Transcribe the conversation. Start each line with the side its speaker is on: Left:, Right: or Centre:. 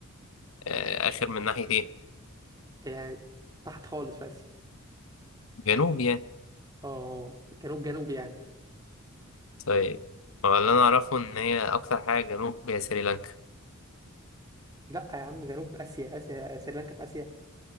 Left: آه آخر من ناحية إيه؟
Right: يعني تحت خالص في اسيا
Left: جنوب يعني
Right: اه في جنوب جنوب يعني
Left: طيب هو اللي أنا أعرفه إن هي أكتر حاجة جنوب هي سريلانكا
Right: لا يا عم جنوب اسيا اسيا سريلانكا في اسيا